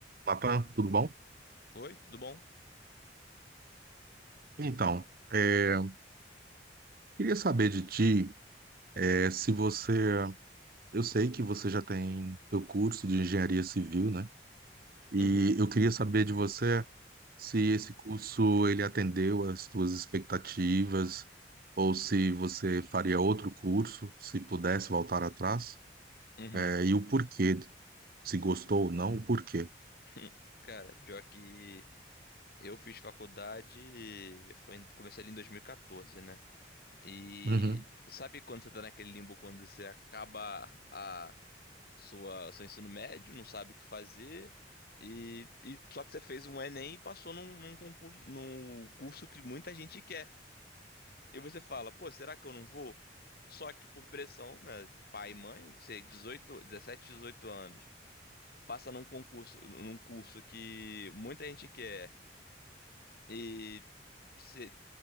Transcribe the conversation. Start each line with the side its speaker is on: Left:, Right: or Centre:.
Right: Natan, tudo bom?
Left: Oi, tudo bom?
Right: Então, é, queria saber de ti, é, se você, eu sei que você já tem seu curso de engenharia civil, né? E
Left: Uhum,
Right: eu queria saber de você se esse curso ele atendeu às tuas expectativas ou se você faria outro curso, se pudesse voltar atrás,
Left: uhum.
Right: é, e o porquê, se gostou ou não, o porquê.
Left: <laughs> Cara, pior que eu fiz faculdade, foi, em- comecei ali em 2014, né? E
Right: Uhum.
Left: sabe quando você tá naquele limbo quando você acaba a sua seu ensino médio, não sabe o que fazer e, e só que você fez um Enem e passou num, num concurso, num curso que muita gente quer. E você fala, pô, será que eu não vou? Só que por pressão, né? Pai e mãe, sei, 18, 17, 18 anos. passa num concurso, num curso que muita gente quer e você